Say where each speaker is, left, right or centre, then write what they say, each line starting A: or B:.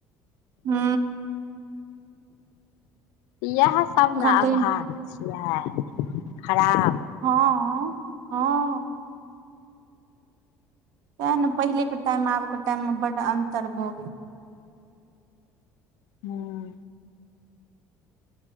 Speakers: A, on the right; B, on the left.
A: हू
B: येएह सब
A: तखन
B: ने
A: तऽ
B: अभाव छियै खराब।
A: हँ हँ हँ तए ने पहिले के टाइम आब के टाइम मे बड अन्तर भऽ गेल।
B: हूँ